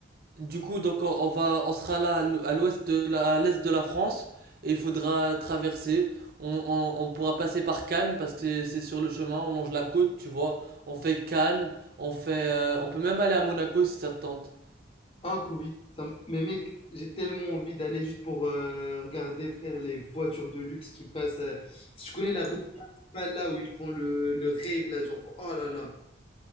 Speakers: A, on the right (about 50°); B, on the left (about 30°).
A: Du coup, donc on on va, on sera là à l'ou- à l'ouest de la, à l'est de la France et il faudra traverser. On, on, on pourra passer par Cannes parce que c'est c'est sur le chemin. On longe la côte, tu vois. On fait Cannes, on fait, euh, on peut même aller à Monaco si ça te tente.
B: Ah que oui, ça me- mais mec, j'ai tellement envie d'aller juste pour euh, regarder, frère, les voitures de luxe qui passent. euh, Je connais la route principale là où ils font le, le rave là, genre, oh là là,